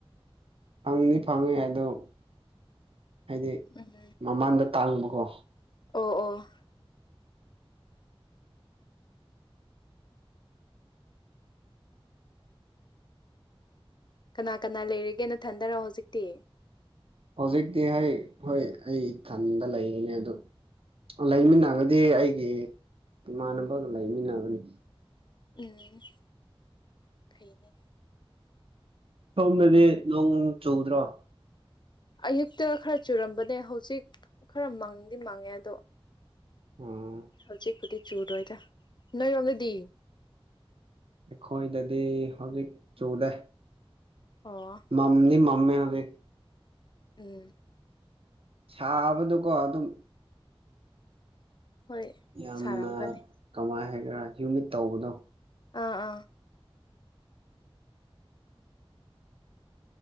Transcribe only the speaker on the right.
ꯐꯪꯅꯤ ꯐꯪꯉꯦ ꯑꯣ ꯍꯥꯏꯗꯤ
ꯃꯃꯥꯡꯗ ꯇꯥꯡꯕꯀꯣ
ꯍꯧꯖꯤꯛꯇꯤ ꯍꯣꯏ ꯍꯣꯏ ꯑꯩ ꯏꯊꯟꯗ ꯂꯩꯔꯤꯅꯦ ꯑꯗꯨ ꯂꯩꯃꯤꯟꯅꯕꯗꯤ ꯑꯩꯒꯤ ꯏꯃꯥꯟꯅꯕꯒ ꯂꯩꯃꯤꯟꯅꯕꯅꯤ
ꯁꯣꯝꯗꯗꯤ ꯅꯣꯡ ꯆꯨꯗ꯭ꯔꯣ ꯑꯣ
ꯑꯥ
ꯑꯩꯈꯣꯏꯗꯗꯤ ꯍꯧꯖꯤꯛ ꯆꯨꯔꯦ
ꯃꯃꯤ ꯃꯃꯤꯕ
ꯁꯥꯕꯗꯨꯀꯣ ꯑꯗꯨꯝ
ꯌꯥꯝꯅ
ꯀꯃꯥꯏ ꯍꯥꯏꯒꯦꯔꯥ ꯍ꯭ꯌꯨꯃꯤꯠ ꯇꯧꯕꯗꯣ